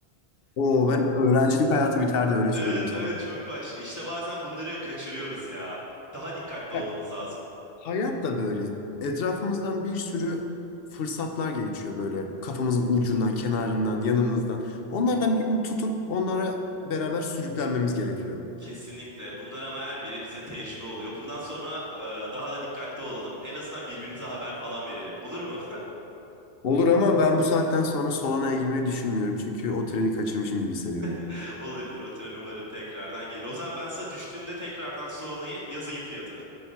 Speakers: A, on the left (about 65°); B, on the right (about 15°).
A: Oo ben öğrencilik hayatı biterdi öyle
B: Evet
A: söyleyeyim sana.
B: evet çok başka. İşte bazen bunları kaçırıyoruz ya. Daha dikkatli
A: Ya,
B: olmamız lazım.
A: hayat da böyle. Etrafımızdan bir sürü fırsatlar geçiyor böyle kafamızın ucundan, kenarından, yanımızdan. Onlardan birini tutup onlara beraber sürüklenmemiz gerekiyor.
B: Kesinlikle. Bunlar ama her biri bize tecrübe oluyor. Bundan sonra e, daha da dikkatli olalım. En azından birbirimize haber falan verelim. Olur mu?
A: Olur ama ben bu saatten sonra Solana'ya girmeyi düşünmüyorum. Çünkü o treni kaçırmışım gibi hissediyorum.
B: <laughs> Olabilir. O tren umarım tekrardan gelir. O zaman ben sana düştüğünde tekrardan sonrayı yazayım fiyatını.